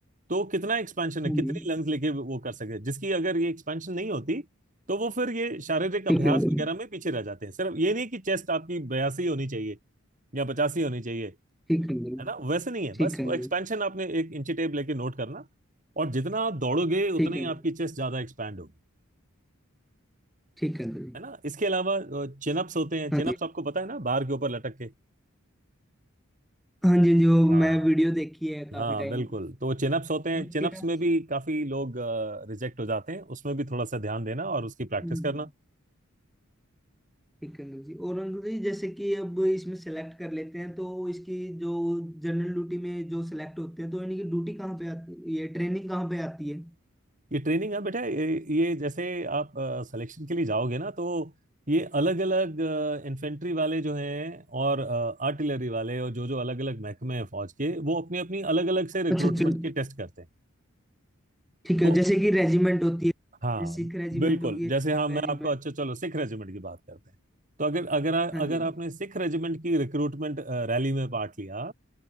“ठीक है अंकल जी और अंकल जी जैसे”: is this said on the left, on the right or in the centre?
Centre